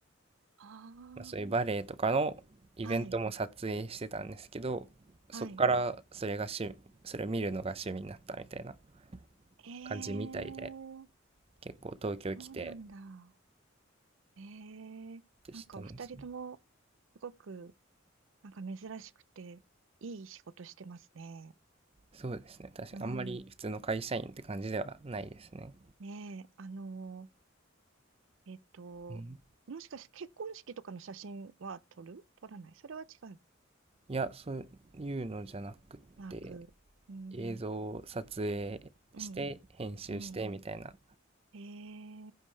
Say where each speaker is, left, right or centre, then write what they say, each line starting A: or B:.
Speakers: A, on the right; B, on the right.
A: あ
B: まあ、そういうバレエとかのイベントも撮影してたんですけど、
A: あ。はい、
B: そっからそれが趣、
A: はい。
B: それを見るのが趣味になったみたいな
A: ええー、
B: 感じみたいで、結構東京来て
A: そうなんだ。ええー、
B: ってしてますね。
A: なんかお二人とも、すごく、なんか珍しくて、いい仕事してますね。
B: そうですね。確かにあんまり普通の会社員って感じではないですね。
A: うん。ねえ、あのー、えっと、
B: うん、
A: もしかして結婚式とかの写真は撮る撮らないそれは違う。
B: いや、そういうのじゃなくて、
A: マーク。うん、
B: 映像を撮影して編集してみたいな
A: うん、うん。ええ